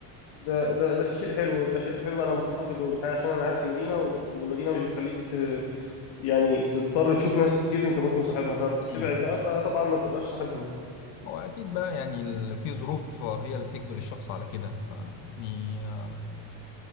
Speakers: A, on the left; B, on the left.
A: ده ده ده شيء حلو ده شيء حلو انا مفتقده الحقيقه عشان انا قاعد في مدينه و- والمدينه مش بتخليك ت... يعني تضطر تشوف ناس كتير انت كنت مصاحبها فبتبعد
B: امم
A: بقى فطبعا ما بتبقاش صاحبهم يعني
B: هو اكيد بقى يعني ال- في ظروف آه، هي اللي بتجبر الشخص على كده فيعني آه،